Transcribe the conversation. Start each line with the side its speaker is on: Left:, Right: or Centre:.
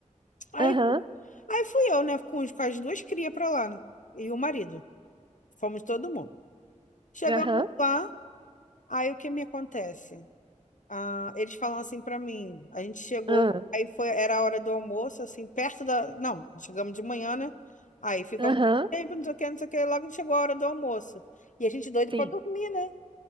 Left: Aí,
Right: Aham,
Left: aí fui eu, né? Com, os- com as duas crias pra lá, né? E o marido. Fomos todo mundo. Chegamos
Right: aham,
Left: lá, Aí o que me acontece? Ah, eles falam assim pra mim, a gente chegou,
Right: aham,
Left: aí foi, era a hora do almoço, assim, perto da, não, chegamos de manhã, né? Aí ficamos,
Right: aham,
Left: tempo, não sei o que, não sei o que, logo chegou a hora do almoço. E a gente doido
Right: sim.
Left: pra dormir, né?